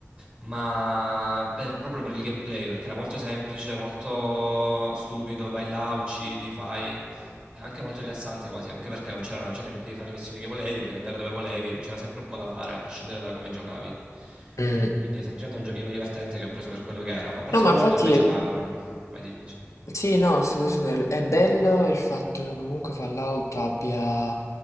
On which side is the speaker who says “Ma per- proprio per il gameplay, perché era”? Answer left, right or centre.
Right